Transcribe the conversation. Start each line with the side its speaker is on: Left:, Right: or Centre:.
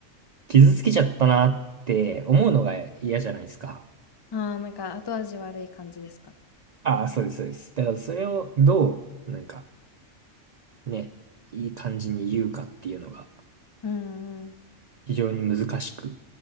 Right: 傷つけちゃったなって思うのが嫌じゃないですか。
Left: ああ、なんか後味悪い感じですか。
Right: ああ、そうです、そうです。だからそれをどう、なんか、ね、いい感じに言うかっていうのが
Left: うんうん。
Right: 非常に難しく。